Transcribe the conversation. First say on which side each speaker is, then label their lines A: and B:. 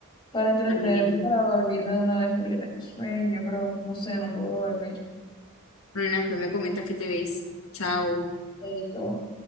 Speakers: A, on the left; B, on the left.
A: Para entretenerme
B: Ay, nena.
A: y para dormirme de una vez porque tengo sueño, pero no sé, no puedo dormir.
B: Bueno, después me comentas que te ves. Chao.
A: Chaito.